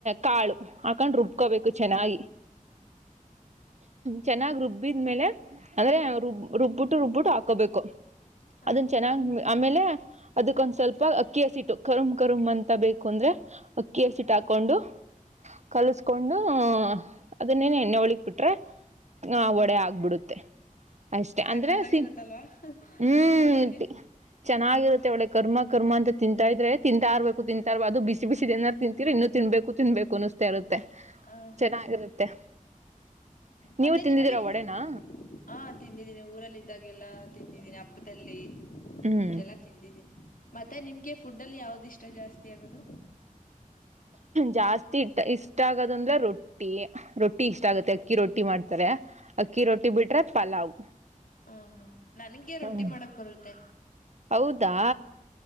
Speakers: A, on the right; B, on the left.
A: ಕಾಳು ಹಾಕಂಡ್ ರುಬ್ಕೋಬೇಕು ಚೆನ್ನಾಗಿ ಚೆನ್ನಾಗ್ ರುಬ್ಬಿದ್ಮೇಲೆ ಅಂದ್ರೆ ರುಬ್ ರುಬ್ಬಿಟ್ಟು ರುಬ್ಬಿಟ್ಟು ಹಾಕೋಬೇಕು
B: ಆ
A: ಅದನ್ ಚೆನ್ನಾಗ್ ಆಮೇಲೆ ಅದಕ್ಕೊಂದ್ ಸ್ವಲ್ಪ ಅಕ್ಕಿ ಹಸಿಟ್ಟು ಕರುಮ್ ಕರುಮ್ ಅಂತ ಬೇಕು ಅಂದ್ರೆ ಅಕ್ಕಿ
B: ಆ
A: ಹಸಿಟ್ ಹಾಕ್ ಕೊಂಡು ಕಲಸ್ಕೊಂಡು
B: ಹ್ಮ್
A: ಅದನ್ನೇನ ಎಣ್ಣೆ ಒಳಗ್ ಬಿಿಟ್ರೆ ಹ ಒಡೆ
B: ಹಾ
A: ಆಗ್ಬಿಡುತ್ತೆ ಅಷ್ಟೆ
B: ಸಾಕತ್ತಾಗಿರುತ್ತಲ್ವಾ
A: ಅಂದ್ರೆ ಸಿ ಹ್ಮ್
B: ತಿನ್ನೋದಿಕ್ಕೆ
A: ಚೆನ್ನಾಗಿರುತ್ತೆ ಒಳ ಕರ್ಮ ಕರ್ಮ ಅಂತ ತಿಂತಾ ಇದ್ರೆ ತಿಂತ ಆರ್ಬೇಕು ತಿಂತಬ ಅದು ಬಿಸಿ ಬಿಸಿದ ನಾರು ತಿಂತೀರಿ ಇನ್ನು ತಿನ್ಬೇಕು ತಿನ್ಬೇಕು ಅನ್ನಿಸತಾ ಇರದು
B: ಹ ಹಾ
A: ಚೆನ್ನಾಗಿರುತ್ತೆ ನೀವು
B: ಮತ್ತೆ
A: ತಿಂದಿದೀರಾ
B: ನಿಮ್ಗೆ ಫುಡ್
A: ಒಡೆನಾ
B: ಹಾ ತಿಂದಿದ್ದೀನಿ ಊರಲ್ಲ ಇದಿದ್ದಾಗ ಎಲ್ಲಾ ತಿಂದಿದ್ದೀನಿ ಹಬ್ಬದಲ್ಲಿ
A: ಹ್ಮ್
B: ಎಲ್ಲಾ ತಿಂದಿದ್ದೀನಿ ಮತ್ತೆ ನಿಮ್ಗೆ ಫುಡ್ ಅಲ್ಲಿ ಯಾವ್ದ್ ಇಷ್ಟ ಜಾಸ್ತಿ ಆಗದು
A: ಜಾಸ್ತಿ ಇಟ್ಟ ಇಷ್ಟ ಆಗೋದಂದ್ರೆ ರೊಟ್ಟಿ ರೊಟ್ಟಿ ಇಷ್ಟ
B: ಹಾ
A: ಆಗುತ್ತೆ ಅಕ್ಕಿ ರೊಟ್ಟಿ ಮಾಡ್ತಾರೆ ಅಕ್ಕಿ ರೊಟ್ಟಿ ಬಿಟ್ರೆ ಪಲಾವ್
B: ಹ್ಮ ಹ್ಮ ನನ್ಗೆ ರೊಟ್ಟಿ
A: ಹ್ಮ್
B: ಮಾಡಕ್ ಬರುತ್ತೆ
A: ಹೌದಾ